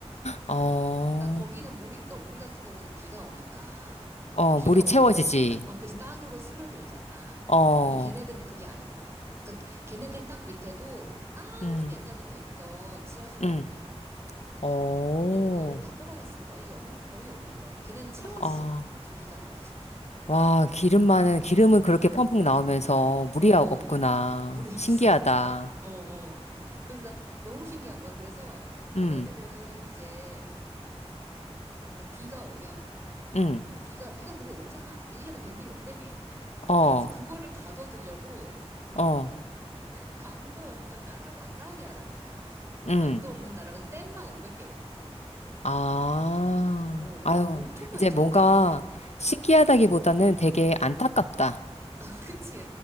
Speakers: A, on the left; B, on the right.
A: 어,
B: 그러니까 거기는 물이, 그러니까 우리 같은 경우는 비가 오니까
A: 어,
B: 비가
A: 물이
B: 오면
A: 채워지지.
B: 그게 또, 따, 어, 그치, 땅으로 스며들잖아.
A: 어,
B: 근데 걔네들은 그게 아닌 거야. 그러니까 걔네들 땅 밑에도 아주
A: 음,
B: 옛날부터 있던 지하수가
A: 음,
B: 있대.
A: 어,
B: 근데 그거를 다 뽑아서 쓴 거야. 이제 없는, 거의 없는 거야. 걔네는 채워지지가
A: 아,
B: 않는 거지. 비가 안 와서.
A: 와, 기름만은, 기름은 그렇게 펑펑 나오면서 물이
B: 어, 어.
A: 아- 없구나.
B: 물이 없어.
A: 신기하다.
B: <laughs> 어, 어. 그래서 나 너무 신기한 거야. 그래서 걔네들은
A: 음,
B: 이제 그러니까 비가 오면
A: 음,
B: 비가, 비가 그래도 오잖아. 1년에 100mm 온다며.
A: 어,
B: 그래서 그거를 가둬두려고
A: 어,
B: 강도 없는 나라가 사우디아라비아.
A: 음,
B: 강도 없는 나라가 댐만 500개래.
A: 아,
B: 어,
A: 아유,
B: 엄청 많지
A: 이제 뭔가
B: 않냐? 여, 어,
A: 신기하다기보다는 되게 안타깝다.
B: 어. <laughs> 그치.